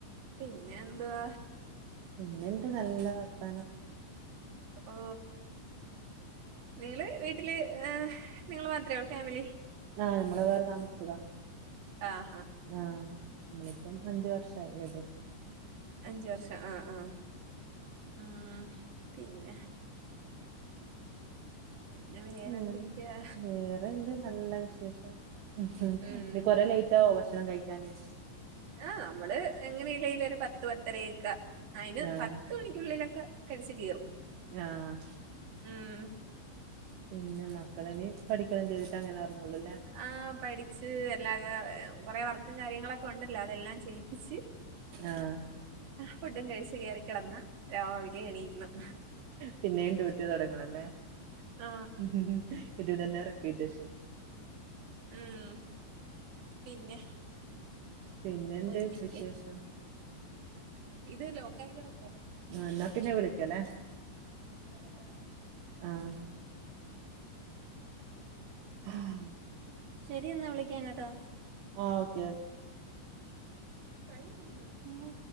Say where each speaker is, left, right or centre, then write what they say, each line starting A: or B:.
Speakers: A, on the right; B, on the right.
A: പിന്നെ എന്താ?
B: പിന്നെന്ത നല്ല വർത്തനം.
A: ഓ നിങ്ങള് വീട്ടില് ഏ നിങ്ങൾ മാത്രേള്ളൂ ഫാമിലി.
B: ആഹ് നമ്മള് വേറെ താമസ
A: ആഹ്
B: ആഹ് നമ്മളിപ്പം അഞ്ച് വർഷായി ഏകദേശം.
A: അഞ്ച് വർഷം ആഹ് ആഹ് ഉം പിന്നെ. പിന്നെ വേറെന്തൊക്കെയാ
B: ഉം വേറെ വേറെന്ത് നല്ല വിശേഷം ഉം
A: ഉം
B: ഇനി കൊറെ ലേറ്റ് ആവോ ഭക്ഷണം കഴിക്കാന്?
A: ആഹ് നമ്മള് എങ്ങനെല്ലെലും ഒരു പത്ത് പത്തരയക്ക അയിന്
B: ആഹ്
A: പത്ത് മണിക്കുള്ളില കഴിച്ച് കേറും.
B: ആഹ്.
A: ഉം
B: പിന്നെ മക്കളന് പഠിക്കല്ലും ചെയ്തിട്ട് അങ്ങനെ ഒർങ്ങൊള്ളുല്ലേ.
A: ആഹ് പഠിച്ച് എല്ലാര കൊറെ വർക്കും കാര്യങ്ങളൊക്കെ ഉണ്ടല്ലോ അതെല്ലാം ചെയ്യിപ്പിച്ച്.
B: ആഹ്.
A: ഫുഡും കഴിച്ച് കേറി കെടന്ന് രാവിലെ എണീക്കണം.
B: പിന്നെയും ട്യൂട്ടി തൊടങ്ങണല്ലേ.
A: ആ
B: ഉംഹ് ഇത് തന്നെ റിപ്പീറ്റേഷൻ.
A: ഉം പിന്നെ
B: പിന്നെന്ത്
A: ഒരു മിനിറ്റെ
B: വിശേഷം?
A: ഇത് ലോക്കായി കെട
B: ആഹ് എന്നാ പിന്നെ വിളിക്കല്ലേ.
A: അമ്മ വരാറായി
B: ആഹ് ആഹ്.
A: ശരി എന്നാ വിളിക്കാം കേട്ടോ
B: ആ ഓക്കെ
A: കഴിഞ്ഞിരുന്ന പിന്നെ